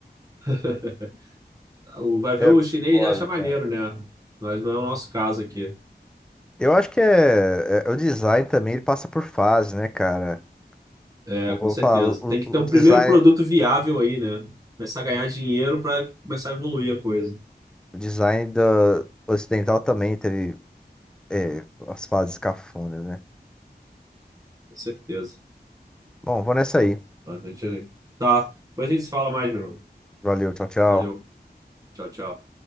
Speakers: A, on the right; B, in the centre.
A: <laughs> O- Vai ver
B: É
A: o chinês
B: foda,
A: já acha maneiro,
B: cara.
A: né? Mas não é o nosso caso aqui.
B: Eu acho que é, é- o design também, ele passa por fases, né, cara?
A: É,
B: Eu
A: com
B: Vou
A: certeza.
B: falar, o,
A: Tem que
B: o-
A: ter um
B: o design,
A: primeiro produto viável aí, né? Começar a ganhar dinheiro para começar a evoluir a coisa.
B: o design da ocidental também teve É, as fases cafonas, né?
A: Com certeza.
B: Bom, vou nessa aí.
A: Tá, a gente, Tá. Depois a gente se fala mais, meu irmão.
B: Valeu, tchau, tchau.
A: Valeu. Tchau, tchau.